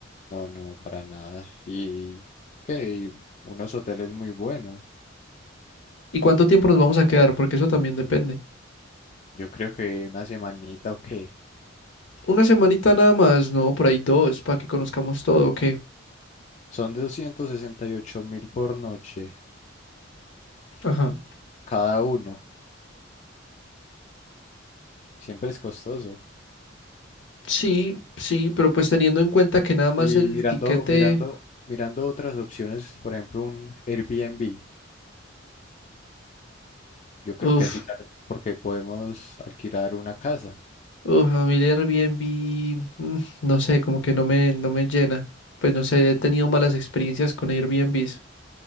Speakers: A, on the left; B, on the left.
A: No, no, para nada. Y que y unos hoteles muy buenos.
B: ¿Y cuánto tiempo nos vamos a quedar? Porque eso también depende.
A: Yo creo que una semanita o qué.
B: Una semanita nada más, no, por ahí dos, para que conozcamos todo, ¿ok?
A: Son doscientos sesenta y ocho mil por noche
B: Ajá.
A: cada uno. Siempre es costoso.
B: Sí, sí, pero pues teniendo en cuenta que nada más
A: Y
B: el
A: mirando,
B: tiquete,
A: mirando, mirando otras opciones, por ejemplo, un Airbnb. Yo creo
B: uff,
A: que así sale porque podemos alquilar una casa.
B: uff, a mí el Airbnb, mm, no sé, como que no me, no me llena. Pues no sé, he tenido malas experiencias con Airbnbs.